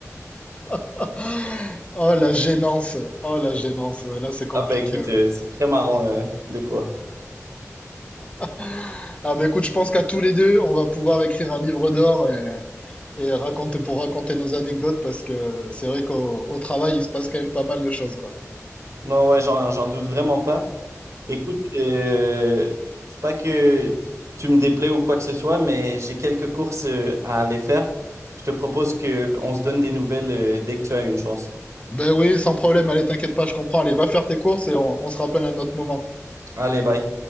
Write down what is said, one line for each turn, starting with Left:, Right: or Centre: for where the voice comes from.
Left: <laughs> Oh, la gênance. Oh, la gênance. Ouais, là, c'est compliqué.
Right: Ah ben écoute,
Left: ouais.
Right: euh, c'est très marrant euh, des fois.
Left: <laughs> Ah, bah écoute, je pense qu'à tous les deux, on va pouvoir écrire un livre d'or. Et raconter pour raconter nos anecdotes parce que c'est vrai qu'au au travail, il se passe quand même pas mal de choses, quoi.
Right: Non, ouais, j'en, j'en doute vraiment pas. Écoute, euh, c'est pas que tu me déplais ou quoi que ce soit, mais j'ai quelques courses euh, à aller faire. Je te propose que on se donne des nouvelles euh, dès que tu as une chance.
Left: Ben oui, sans problème, allez, t'inquiète pas, je comprends. Allez, va faire tes courses et on, on se rappelle à un autre moment.
Right: Allez, bye.